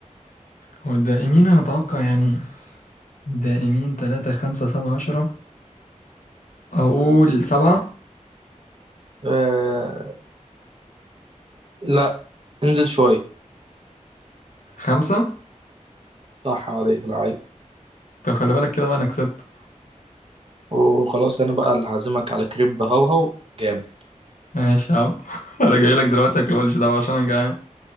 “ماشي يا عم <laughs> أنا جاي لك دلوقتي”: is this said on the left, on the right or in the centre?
Left